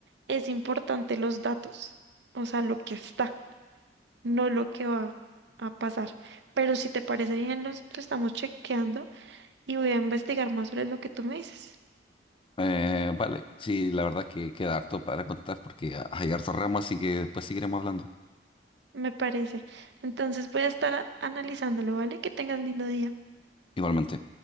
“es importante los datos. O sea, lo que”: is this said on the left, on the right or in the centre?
Right